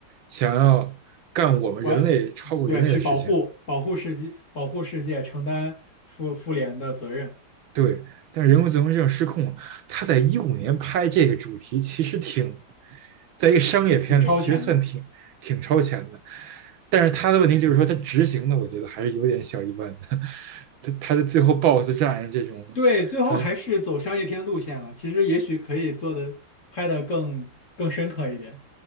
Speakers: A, on the right; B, on the left.
A: 想要干我们人类超过人类的事情，
B: 我对去保护保护世界保护世界，承担复复联的责任，
A: 对。但是人工智能这种失控他在一五年拍这个主题，其实挺，在一个商业片里，
B: 挺超前的。
A: 其实算挺挺超前的。但是他的问题就是说，他执行的，我觉得还是有点小一般的。<laughs> 他他的最后 BOSS 战这种，
B: 对，最后还是走商业片路线了。
A: 还是
B: 其实也许可以做的拍的更更深刻一点，